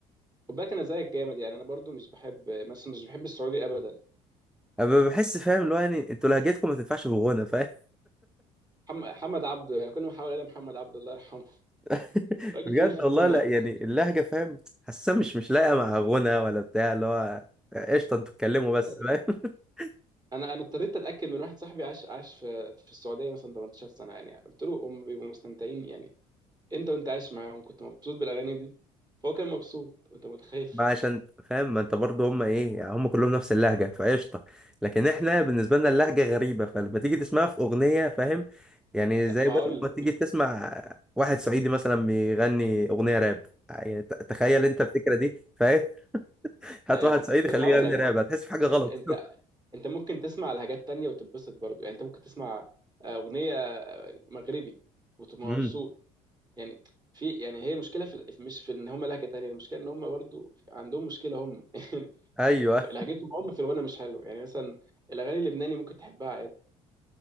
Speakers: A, on the right; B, in the centre.
A: خد بالك انا زيك جامد يعني انا برضو مش بحب مثلا مش بحب السعودي ابدا
B: انا بحس فاهم
A: يعني
B: اللي هو يعني انتوا لهجتكم ما تنفعش في غنى فاهم
A: محمد محمد عبده يعني كل ما احاول الاقي محمد عبده الله يرحمه <laughs>
B: <laughs>
A: راجل
B: بجد
A: كبير في السن
B: والله لا
A: قوي
B: يعني اللهجه فاهم حاسه مش مش لاققه مع غنى ولا بتاع اللي هو قشطه انتوا اتكلموا
A: عارف
B: بس فاهم <laughs>
A: انا انا اضطريت اتاكد من واحد صاحبي عاش عاش في في السعوديه مثلا 18 سنه يعني قلت له هم بيبقوا مستمتعين يعني انت وانت عايش معاهم كنت مبسوط بالاغاني دي فهو كان مبسوط انت متخيل <laughs>
B: ما عشان فاهم ما انت برضه هم ايه يعني هم كلهم نفس اللهجه فقشطه لكن احنا بالنسبه لنا اللهجه غريبه فلما تيجي تسمعها في اغنيه فاهم يعني
A: لا
B: زي
A: ما
B: برضه
A: هقول لك
B: ما تيجي تسمع واحد صعيدي مثلا بيغني اغنيه راب يعني ت- تخيل انت الفكره دي فاهم <laughs> هات
A: ايوه
B: واحد صعيدي
A: بس
B: خليه
A: هقول
B: يغني
A: لك
B: راب هتحس في حاجه غلط
A: انت انت
B: <laughs>
A: انت ممكن تسمع لحاجات تانية وتتبسط برضو يعني انت ممكن تسمع آه، اغنيه مغربي وتبقى
B: امم
A: مبسوط يعني في يعني هي مشكله في مش في ان هم لهجه تانية المشكله ان هم برضو عندهم مشكله هم <laughs> يعني
B: ايوه
A: لهجتهم هم في الغنى مش حلو يعني مثلا الاغاني اللبناني ممكن تحبها عادي